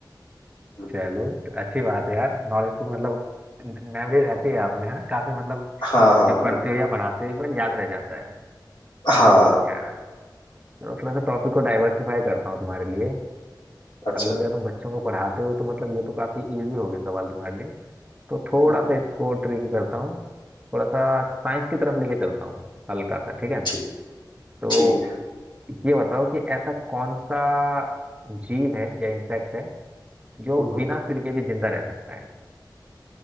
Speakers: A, on the left; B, on the right.
A: हम्म,
B: चलो तो अच्छी बात है यार नॉलेज तो मतलब मेमोरी रहती है आप में है ना काफी मतलब
A: हाँ हाँ
B: जो
A: हाँ
B: पढ़ते हो या पढ़ाते हो बट याद रह जाता है
A: हाँ
B: अच्छा चलो थोड़ा सा टॉपिक को डाइवर्सिफाई करता हूँ तुम्हारे लिए
A: अच्छा
B: अब क्योंकि तुम बच्चों को पढ़ाते हो तो मतलब ये तो काफी इजी हो गए सवाल तुम्हारे लिए तो थोड़ा
A: हम्म हम्म,
B: सा इसको ट्रिक करता हूँ थोड़ा सा साइंस की तरफ लेके चलता हूँ हल्का सा ठीक है
A: ठीक
B: तो
A: ठीक है
B: ये बताओ कि ऐसा कौन सा जीव है या इंसेक्ट है जो
A: हम्म हम्म,
B: बिना सिर के भी जिंदा रह सकता है